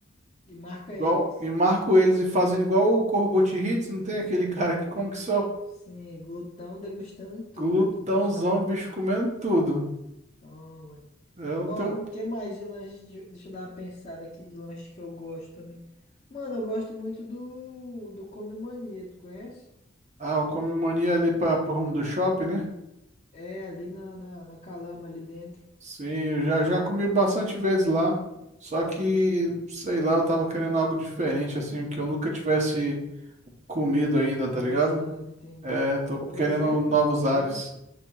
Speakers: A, on the left; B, on the right.
A: E marca
B: igual,
A: eles.
B: e marco eles e fazendo igual o Corbucci Hits, não tem aquele <laughs> cara que come que só
A: Sim, glutão degustando tudo.
B: glutãozão,
A: Tu posta lá.
B: bicho comendo tudo.
A: Toma.
B: Eu não
A: Ó,
B: tenho.
A: que mais de lanche? de- Deixa eu dar uma pensada aqui de lanche que eu gosto também. Mano, eu gosto muito do, do Come Mania, tu conhece?
B: Ah, eu come mania ali para pro rumo do shopping, né?
A: É, ali na, na, na Calama, ali dentro.
B: Sim, eu já, já comi bastante vezes lá. Só que,
A: Então,
B: sei lá, eu tava querendo algo diferente, assim, que eu nunca tivesse comido ainda,
A: degustado,
B: tá ligado?
A: entendi.
B: É, tô
A: Pois
B: querendo
A: é, mano,
B: novos
A: então vê.
B: ares.